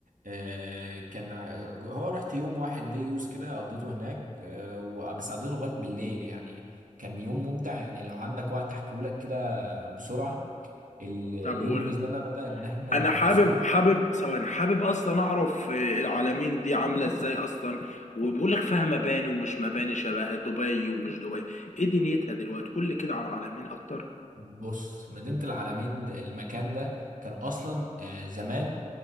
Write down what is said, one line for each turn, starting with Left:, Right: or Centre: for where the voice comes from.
Right: آه، كان ع- هو رحت يوم واحد دي يوز كده قضيته هناك آه، و- بس قضيته لغاية بالليل يعني كان يوم ممتع يعني لو عندك وقت احكيهولك كده بسرعة ال- اليوم
Left: طب قول
Right: بالنسبة لنا بدأ ان احنا
Left: انا حابب
Right: وصلنا
Left: حابب ثواني حابب اصلا اعرف العالمين دي عامله ازاي اصلا وبيقول لك فيها مباني ومش مباني شبه دبي ومش دبي ايه دنيتها دلوقتي قول لي كده عن العالمين اكتر
Right: بص مدينة العلمين ده- المكان ده كان اصلا آه، زمان